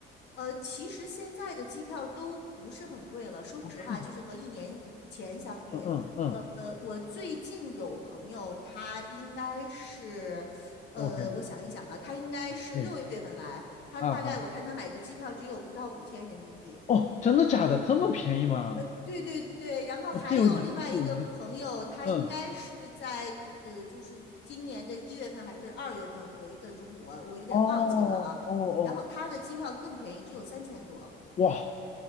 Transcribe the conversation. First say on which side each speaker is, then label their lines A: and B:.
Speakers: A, on the left (about 60°); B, on the left (about 35°).
A: 呃，其实现在的机票都不是很贵了，说实话，
B: 哦
A: 就是和一年前相比，
B: 嗯嗯嗯
A: 呃，我最近有朋友，他应该是，呃，
B: ，OK，
A: 我想一想啊，他应该是六月份来，
B: 哎，
A: 他大概我看他买的机票只有不到五千人民币。
B: 啊啊，哦，真的假的？这么便宜吗？
A: 呃，对对对，然后还有另外一个朋友，
B: 我这有点出乎我意料。
A: 他应该是在呃，
B: 嗯，
A: 就是今年的一月份还是二月份回的中国，我有点忘记了啊。
B: 哦哦哦，
A: 然后他的机票更便宜，只有三千多。
B: 哇，